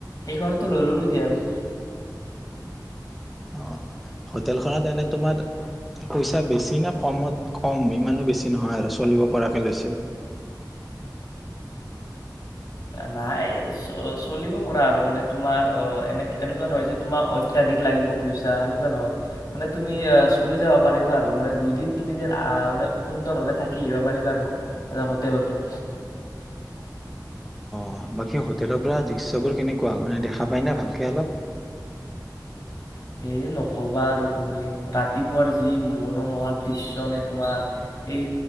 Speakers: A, on the left; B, in the centre.
A: সেইখনতে লৈ ল'লো দে আৰু।
B: অ' হোটেলখনত এনে তোমাৰ। পইচা বেছি নে কমত কম ইমানো বেছি নহয় চলিব পৰাকে লৈছিল।
A: নাই চ-চলিব পৰা আৰু মানে তোমাৰ অ এনে-এনেকুৱা নহয় যে। তোমাৰ অত্যাধিক লাগিব পইচা সেনেকুৱা নহয়। মানে তুমি আহ চলি যাব পাৰিবা আৰু মানে দুদিন তিনিদিন আহ মানে সুন্দৰভাৱে থাকি আহিবা পাৰিবা আৰু। <unintelligible> হোটেলতে।
B: অ' বাকী হোটেলৰ পৰা দৃশ্যবোৰ কেনেকুৱা মানে দেখা পাই না ভালকে অলপ।
A: এ নক'বা আৰু তুমি ৰাতিপুৱাৰ যি মনোমোহা দৃশ্য নে তোমাৰ। এই